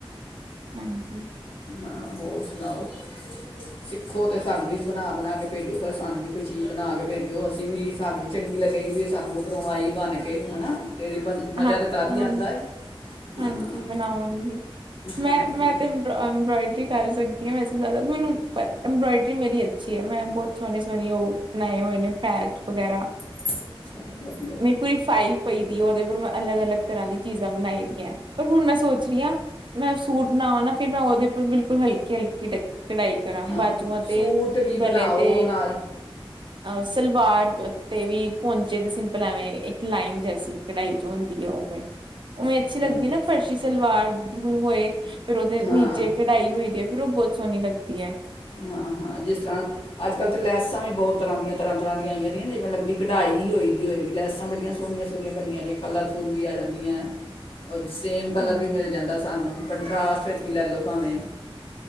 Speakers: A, on the right; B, on the left.
A: ਹਾਂਜੀ।
B: ਹਾਂ ਹੋਰ ਸੁਣਾਓ ਸਿੱਖੋ ਤੇ ਸਾਨੂੰ ਵੀ ਬਣਾ -ਬਣਾ ਕੇ ਭੇਜੋ ਪਰਸ ਸਾਨੂੰ ਵੀ ਕੋਈ ਚੀਜ਼ ਬਣਾ ਕੇ ਭੇਜਿਓ। ਅਸੀਂ ਵੀ ਸਾਨੂੰ ਵੀ ਚੰਗੀ ਲੱਗੇ। ਕਹੇ ਗੀ ਸਾਨੂੰ ਉੱਧਰੋਂ ਆਈ ਬਣ ਕੇ ਹਨਾ ਫਿਰ ਹੀ ਬਣ ਮਜ਼ਾ
A: ਹਾਂ,
B: ਤੇ ਤਦ ਹੀ
A: ਹਾਂ
B: ਆਂਦਾ ਏ ਹਾਂ
A: ਹਾਂਜੀ ਬਣਾਵਾਂਗੀ ਮੈਂ
B: ਹਾਂਜੀ
A: ਮੈਂ ਤੇ ਅੰਬਰੋਇਡਰੀ ਕਰ ਸਕਦੀ ਹਾਂ ਵੈਸੇ ਜ਼ਿਆਦਾ ਮੈਨੂੰ ਪਰ ਅੰਬਰੋਇਡਰੀ ਮੇਰੀ ਅੱਛੀ ਹੈ। ਮੈਂ ਬਹੁਤ ਸੋਹਣੀ ਸੋਹਣੀ ਉਹ ਬਣਾਏ ਹੋਏ ਨੇ ਪੈਚ ਵਗੈਰਾ।
B: ਚਲ
A: ਮੇਰੇ ਕੋਲ ਫਾਈਲ ਪਈ ਦੀ ਉਦੇ ਮੈਂ ਅਲਗ ਅਲੱਗ ਤਰ੍ਹਾਂ ਦੀ ਚੀਜ਼ਾਂ ਬਣਾਈ ਦੀਆਂ। ਪਰ ਹੁਣ ਮੈਂ ਸੋਚ ਰਹੀ ਹਾਂ। ਮੈਂ ਸੂਟ ਬਣਾਵਾਂ ਨਾ ਫਿਰ ਮੈਂ ਉਹਦੇ ਉੱਪਰ ਬਿਲਕੁਲ ਹਲਕੀ- ਹਲਕੀ ਕਢਾਈ ਕਰਾਂ
B: ਹਾਂ
A: ਬਾਜੂਆਂ ਤੇ,
B: ਸੂਟ ਵੀ ਬਣਾਓ
A: ਗਲੇ ਤੇ।
B: ਨਾਲ
A: ਅਸਲਵਾਰ ਤੇ ਵੀ ਪੌਂਚੇ ਤੇ ਸਿਮ ਪਲ ਐਵੇਂ ਇੱਕ ਲਾਈਨ ਜੈਸੀ ਕਢਾਈ ਹੁੰਦੀ ਹੈ ਉਵੇਂ ਓਵੇਂ ਅੱਛੀ ਲੱਗਦੀ
B: ਹਾਂਜੀ
A: ਨਾ ਫਰਸ਼ੀ ਸਲਵਾਰ ਦੁਗਣੋ ਏ। ਫਿਰ ਉਦੇ
B: ਹਾਂ
A: ਨੀਚੇ ਕਢਾਈ ਹੋਈ ਦੀ ਫਿਰ ਉਹ ਬਹੁਤ ਸੋਣੀ ਲੱਗਦੀ ਹੈ।
B: ਹਾਂ-ਹਾਂ ਜਿਸ ਤਰ੍ਹਾਂ ਅੱਜ ਕੱਲ ਤਾਂ ਲੈਸਾਂ ਵੀ ਬਹੁਤ ਤਰ੍ਹਾਂ ਦੀਆਂ ਤਰ੍ਹਾਂ ਦੀਆਂ ਆਈਆਂ ਦੀਆਂ ਜਿਵੇਂ ਲਗਦੀ ਕਢਾਈ ਈ ਹੋਈ ਦੀ ਹੋਏਗੀ ਲੈਸਾਂ ਬੜੀਆਂ ਸੋਣੀਆਂ ਅਗਲੀ ਬਨੀਆਂ ਕਲਰਫੁੱਲ ਵੀ ਆ ਜਾਂਦੀਆਂ ਹੈ।
A: <inaudible>
B: ਓ ਸੇਮ ਕਲਰ
A: ਹਾਂਜੀ
B: ਵੀ ਮਿਲ ਜਾਂਦਾ ਸਾਨੂੰ ਕੰਟਰਰਾਸਟ ਵਿੱਚ ਵੀ ਲੈ ਲੋ ਭਾਵੇਂ।